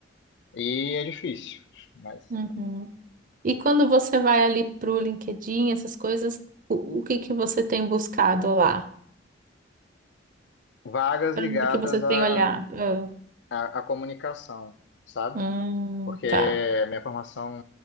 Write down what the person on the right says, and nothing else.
Uhum. E quando você vai ali pro LinkedIn, essas coisas, o, o que que você tem buscado lá?
Para
onde que você tem
olhado? Ah,
hum,
tá.